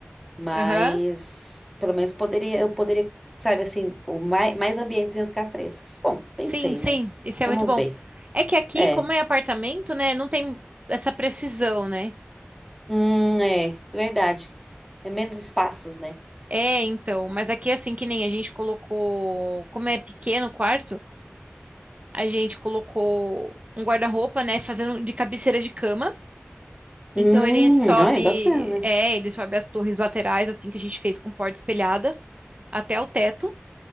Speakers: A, in the centre; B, on the right.
A: mas
B: Aham.
A: pelo menos poderia, eu poderia, sabe assim, o mais, mais ambientes iam ficar frescos. Bom, pensei,
B: Sim, sim,
A: né?
B: isso
A: Vamos
B: é muito bom.
A: ver.
B: É que aqui,
A: É.
B: como é apartamento, né, não tem essa precisão, né?
A: Hum, é, verdade. É menos espaços, né?
B: É, então, mas aqui, assim, que nem a gente colocou, como é pequeno o quarto, a gente colocou um guarda-roupa, né, fazendo de cabeceira de cama.
A: Hum,
B: Então ele sobe,
A: olha, bacana.
B: é, ele sobe as torres laterais, assim que a gente fez com porta espelhada, até o teto.